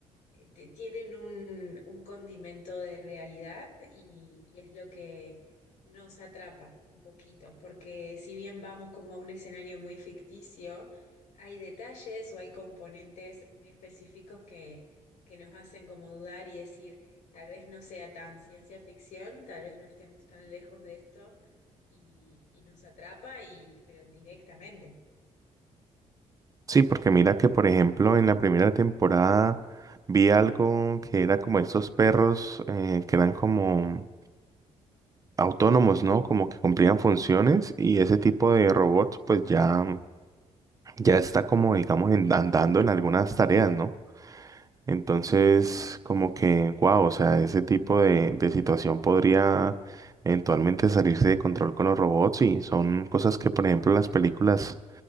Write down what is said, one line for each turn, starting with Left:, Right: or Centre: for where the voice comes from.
Left: eh, te- tienen un, un condimento de realidad y, y es lo que nos atrapa un poquito, porque si bien vamos como a un escenario muy ficticio, hay detalles o hay componentes muy específicos que, que nos hacen como dudar y decir, tal vez no sea tan ciencia ficción, tal vez no estemos tan lejos de esto y, y nos atrapa, y, pero directamente.
Right: Sí, porque mira que por ejemplo en la primera temporada vi algo que era como estos perros eh, que eran como autónomos, ¿no? Como que cumplían funciones y ese tipo de robots pues ya, ya está como digamos en- andando en algunas tareas, ¿no? Entonces como que, wow, o sea, ese tipo de, de situación podría eventualmente salirse de control con los robots y son cosas que por ejemplo las películas